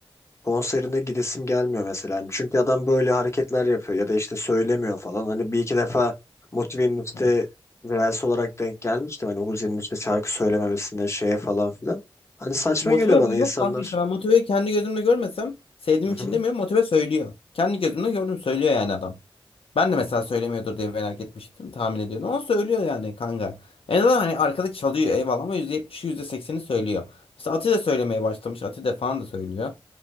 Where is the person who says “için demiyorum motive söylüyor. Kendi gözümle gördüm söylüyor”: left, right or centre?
Left